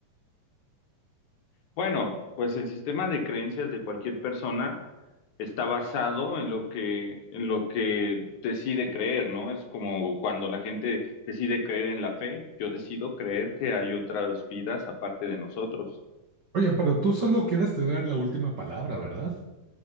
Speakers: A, on the left; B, on the right.
A: Bueno, pues el sistema de creencias de cualquier persona está basado en lo que, en lo que decide creer, ¿no? Es como cuando la gente decide creer en la fe, yo decido creer que hay otras vidas aparte de nosotros.
B: oye, pero tú solo quieres tener la última palabra, ¿verdad?